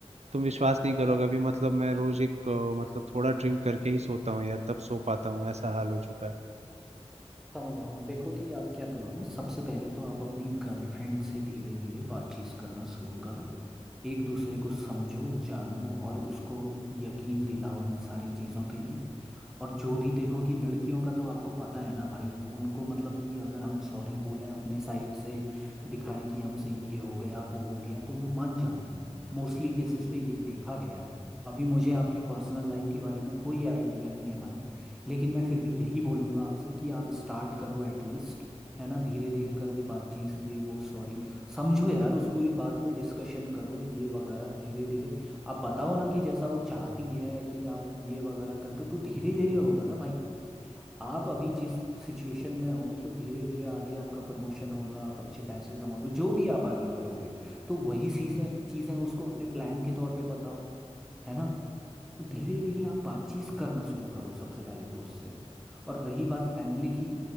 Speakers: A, on the right; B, in the centre.
A: तुम विश्वास नहीं करोगे अभी मतलब मैं रोज एक अ, मतलब थोड़ा ड्रिंक करके ही सोता हूँ यार तब सो पाता हूँ ऐसा हाल हो चुका है
B: समझ रहा हूँ देखो कि आप क्या करो ना सबसे पहले तो आप अपनी गर्लफ्रेंड से धीरे धीरे बातचीत करना शुरू करो एक दूसरे को समझो जानो और उसको यकीन दिलाओ इन सारी चीज़ों के लिए और जो भी देखो कि लड़कियों का तो आपको पता है ना भाई उनको मतलब कि अगर हम सॉरी बोलें अपने साइड से दिखाएं कि हमसे ये हो गया वो हो गया तो वो मान जाती हैं मोस्टली केसेस पे ये देखा गया है अभी मुझे आपकी पर्सनल लाइफ के बारे में कोई आइडिया नहीं है भाई लेकिन मैं फिर भी यही बोलूँगा आपसे कि आप स्टार्ट करो एटलीस्ट है ना धीरे धीरे करके बातचीत ये वो सॉरी समझो यार उस पूरी बात पे डिस्कशन करो ये वगैरह धीरे धीरे आप बताओ ना कि जैसा वो चाहती है कि आप ये वगैरह करके तो धीरे धीरे होगा ना भाई आप अभी जिस सिचुएशन में हो तो धीरे धीरे आगे आपका प्रमोशन होगा आप अच्छे पैसे कमाओगे जो भी आप आगे करोगे तो वही चीजें चीजें उसको अपने प्लान के तौर पे बताओ है ना तो धीरे धीरे आप बातचीत करना शुरू करो सबसे पहले तो उससे और रही बात फैमिली की